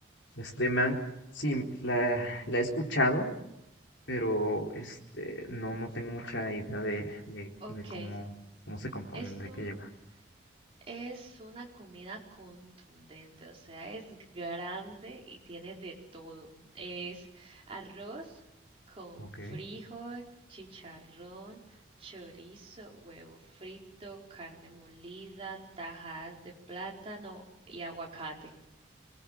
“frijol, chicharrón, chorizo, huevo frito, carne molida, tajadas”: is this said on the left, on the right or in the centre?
Right